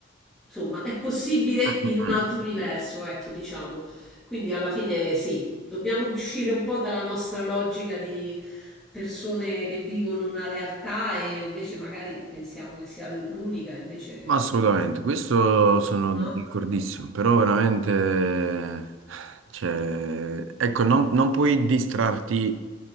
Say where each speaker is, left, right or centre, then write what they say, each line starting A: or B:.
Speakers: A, in the centre; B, on the right.
A: insomma, è possibile
B: mm,
A: in un altro
B: mm.
A: universo, ecco, diciamo. Quindi alla fine sì, Dobbiamo uscire un po' dalla nostra logica di persone che vivono una realtà e invece magari pensiamo che sia l'unica, invece
B: Ma assolutamente, questo sono
A: no.
B: d'accordissimo, però veramente, cioè, ecco, non, non puoi distrarti